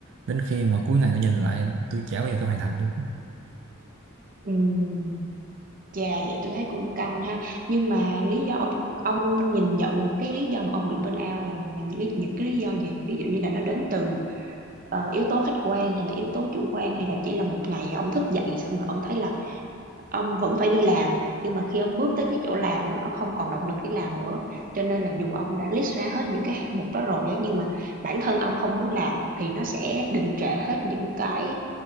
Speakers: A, on the right; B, on the right.
A: đến khi mà cuối ngày tôi nhìn lại tôi chả bao giờ tôi hoàn thành được
B: Ừm, chà vậy tôi thấy cũng căng ha nhưng mà lý do ông ông nhìn nhận cái lý do mà ông bị burnout là là những, lý- những cái lý do gì ví dụ như là nó đến từ ờ, yếu tố khách quan hay là yếu tố chủ quan hay là chỉ là một ngày ông thức dậy xong rồi ông thấy là ông vẫn phải đi làm nhưng mà khi ông bước tới cái chỗ làm á, ông không còn động lực để làm nữa cho nên là dù ông đã list ra hết những cái hạng mục đó rồi á, nhưng mà bản thân ông không muốn làm thì nó sẽ đình trệ hết những cái